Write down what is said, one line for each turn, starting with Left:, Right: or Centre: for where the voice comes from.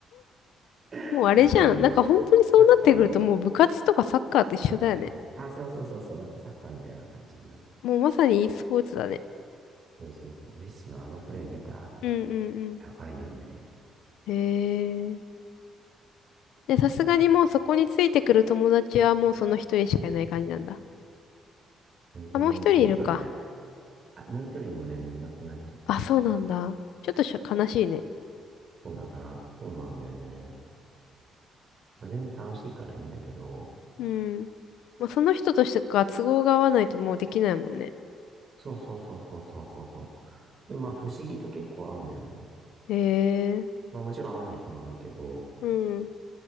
Right: <laughs>
Left: もうあれじゃん。
Right: なんかもう、
Left: なんか本当にそうなってくるともう部活とかサッカーと一緒だよね。
Right: サッカーみたいな。あ、そうそうそうそう、なんかサッカーみたいな感じになっち
Left: もうまさに e スポーツだね。
Right: ゃう。そうそうそう、メッシのあのプレー見たみたいな。
Left: うんうん
Right: やばいよね。みたい
Left: うん。へえ。で、さすがにもうそこについてくる友達はもうその一人しかいない感じなんだ。
Right: な完全然にそうだね。
Left: あ、もう一人いるか。
Right: あ、もう一人もね、もういなくなっちゃった。
Left: あ、そうなんだ。ちょっとしょ悲しいね。
Right: そうだから、そうなんだよね。全然楽しいからいいんだけど、
Left: うん。まあ、その人としてか都合が合わないともうできないもんね。
Right: そうそうそうそうそうそうそう。でまあ不思議と結構合うんだよね。
Left: へえ。
Right: まあもちろん合わない日もあるけど、
Left: うん。